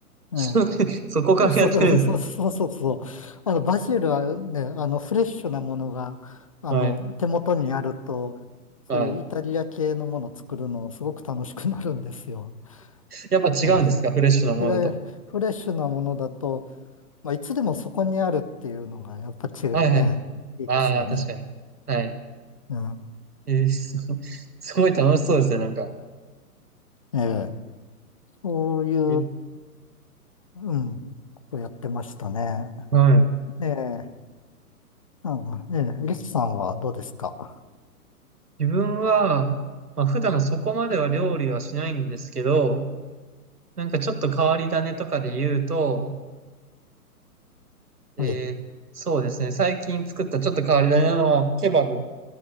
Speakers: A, on the left (about 25°); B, on the right (about 75°).
A: ええ
B: <laughs> そこからやってるんですね。
A: そうそう <laughs> そうそうそうそう。あの、バジルはね、あの、フレッシュなものが、あの、
B: はい。
A: 手元にあると、そういうイタリア系のものを作るのすごく楽しくなるんですよ。
B: はい。やっぱ違うんですかフレッシュなものだと。
A: うん。いわゆるフレッシュなものだと、まあ、いつでもそこにあるっていうのが、やっぱ違うね、
B: はいはい。
A: いいですよね。
B: ああ、確かに。はい。
A: うん。
B: えーすごい、すごい楽しそうですね。なんか。
A: ええ。そういう、
B: え
A: うん、ことやってましたね。
B: はい。
A: ええ。うん、ええ。リスさんはどうですか
B: 自分は、まあ、普段そこまでは料理はしないんですけど、なんかちょっと変わり種とかで言うと、えーそうですね、
A: はい。
B: 最近作ったちょっと変わり種なのは、ケバブ。